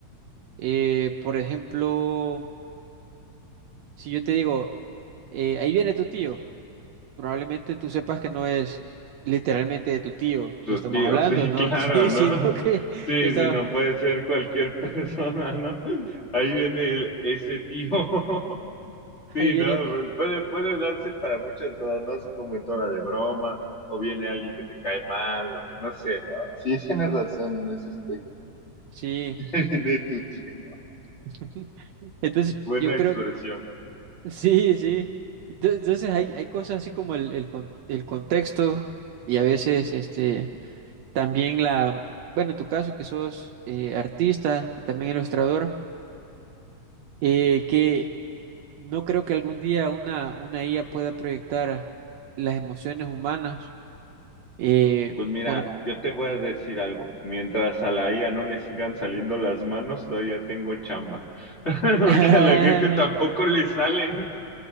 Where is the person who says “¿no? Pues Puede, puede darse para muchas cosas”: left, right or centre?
Left